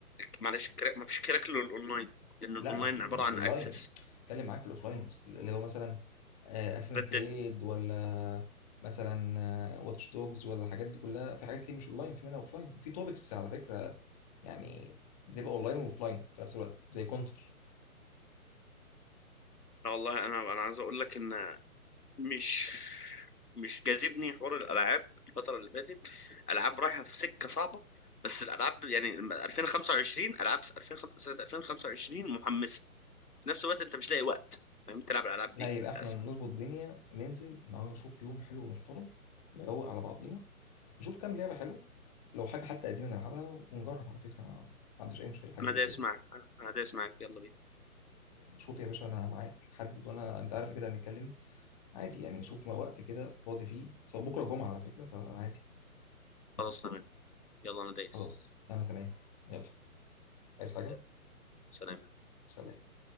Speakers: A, on the left; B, on the left.
A: معلش الكراك ما فيش كراك للاونلاين لان الاونلاين
B: لا مش مش
A: عباره عن
B: اونلاين
A: اكسس
B: اتكلم معاك في الاوفلاين اللي هو مثلا اساسن
A: ردد
B: كريد ولا مثلا واتش دوجز ولا الحاجات دي كلها في حاجات كتير مش اونلاين في منها اوفلاين وفي توبكس على فكره يعني بتبقى اونلاين واوفلاين في نفس الوقت زي كونتر
A: والله انا انا عايز اقول لك ان مش مش جاذبني حوار الالعاب الفتره اللي فاتت العاب رايحه في سكه صعبه بس الالعاب يعني لما 2025 العاب 2005 سنه 2025 محمسه في نفس الوقت انت مش لاقي وقت فاهم تلعب الالعاب
B: لا
A: دي
B: يبقى
A: للاسف
B: احنا نظبط الدنيا ننزل النهارده نشوف يوم حلو ومحترم نروق على بعضينا نشوف كام لعبه حلوه لو حاجه حتى قديمه نلعبها ونجرب على فكره ما ما عنديش اي مشكله في حاجه
A: انا
B: زي
A: دايس
B: كده
A: معك انا دايس معك يلا بينا
B: شوف يا باشا انا معاك حدد وانا انت عارف كده هنتكلم عادي يعني شوف ما وقت كده فاضي فيه سواء بكره الجمعه على فكره فعادي
A: خلاص تمام يلا انا دايس
B: خلاص انا كمان يلا عايز حاجه
A: يلا سلام
B: سلام